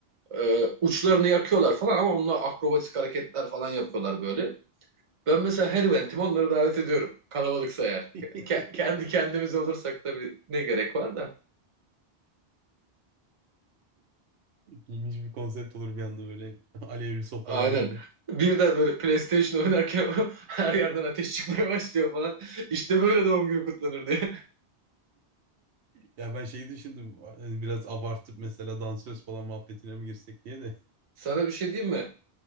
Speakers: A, on the right; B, on the right.
A: E, uçlarını yakıyorlar falan ama onunla akrobatik hareketler falan yapıyorlar böyle. Ben mesela her eventime onları davet ediyorum. Kalabalıksa eğer.
B: <laughs>
A: Ke- kendi kendimiz olursak tabii ne gerek var da.
B: İlginç bir konsept olur bir anda böyle <laughs> alevli sopalı
A: Aynen.
B: abiler.
A: Bir de böyle PlayStation oynarken <laughs> her yerden ateş çıkmaya başlıyor falan. İşte böyle doğum günü kutlanır diye.
B: Ya ben şeyi düşündüm hani biraz abartıp mesela dansöz falan muhabbetine mi girsek diye de
A: <laughs> Sana bir şey diyeyim mi?